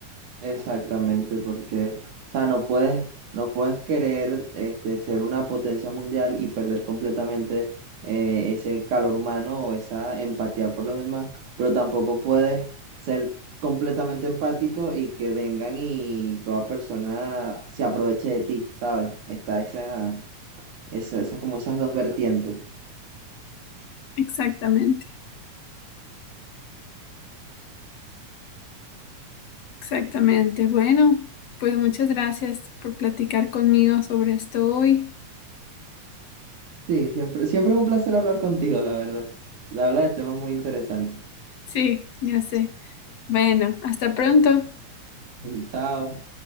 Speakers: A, on the right; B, on the left.
A: Exactamente, porque, o sea, no puedes, no puedes querer este, ser una potencia mundial y perder completamente eh, ese calor humano o esa empatía por los demás, pero tampoco puedes ser completamente empático y que vengan y toda persona se aproveche de ti, ¿sabes? Está esa, esa, esa- como esas dos vertientes.
B: Exactamente. Exactamente. Bueno, pues muchas gracias por platicar conmigo sobre esto hoy.
A: Sí, siempre, siempre es un placer hablar contigo, la verdad. Habla de temas muy interesantes.
B: Sí, ya sé. Bueno, hasta pronto.
A: <laughs> Chao.